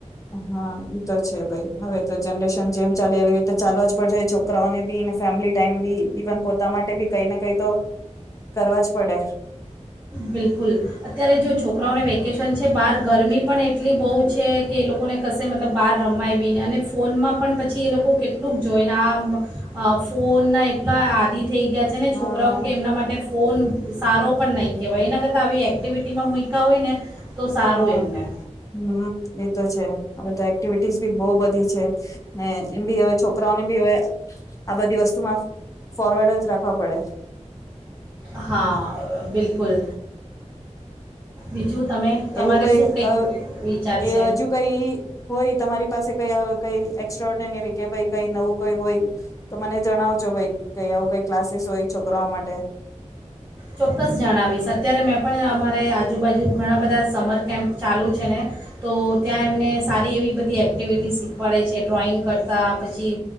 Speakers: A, on the left (about 25°); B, on the right (about 20°).
A: હા ઈ તો છે, ભાઈ. હવે તો જનરેશન જેમ ચાલે એવી રીતે ચાલવા જ પડશે. છોકરાઓને બીને, ફેમિલી ટાઈમ બી, ઈવન પોતા માટે બી કઈ ને કઈ તો કરવા જ પડે.
B: બિલકુલ, અત્યારે જો છોકરાઓને વેકેશન છે બહાર ગરમી પણ એટલી બહુ છે કે એ લોકોને કશે મતલબ બહાર રમાય બીને અને ફોનમાં પણ પછી એ લોકો કેટલુંક જોઈને આ અ ફોનના એટલા આદિ થઈ ગયા છે ને છોકરાઓ
A: હા
B: કે એમના માટે ફોન સારો પણ નહીં. કેવાય એના કરતાં આવી એક્ટિવિટીમાં મુયકા હોય ને તો સારું
A: હા
B: એમને
A: હમ એતો છે. હવે તો એક્ટિવિટીઝ બી બહુ બધી છે. ને એમ ભી હવે છોકરાઓને ભી હવે. આ બધી વસ્તુમાં ફોરવર્ડ જ રાખવા પડે.
B: હા બિલકુલ. બીજું તમે તમારે
A: એવું કઈ
B: શું કંઈક
A: અ
B: વિચાર
A: એ
B: છે
A: અજુ કઈ હોય તમારી પાસે કઈ અ કઈ એક્સ્ટ્રાઓર્ડરી કે ભઈ કઈ નવું કઈ હોય તો મને જણાવજો ભઈ કઈ આવું કઈ ક્લાસીસ હોય છોકરાઓ માટે.
B: ચોક્કસ જણાવીશ, અત્યારે મેં પણ અમારે આજુબાજુ ઘણા બધા સમર કેમ્પ ચાલુ છે ને તો ત્યાં એમને સારી એવી બધી એક્ટિવિટી શીખવાડે છે, ડ્રોઈંગ કરતાં પછી